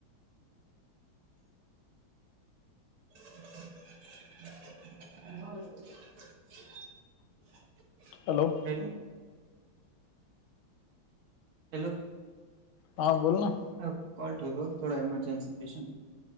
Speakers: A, on the right (about 90°); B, on the left (about 80°).
A: <inaudible> <inaudible>
B: हॅलो.
A: हॅलो. हॅलो.
B: ह बोल ना.
A: अ कॉल ठ होोको थोडा एमर्जनसी पेशंट.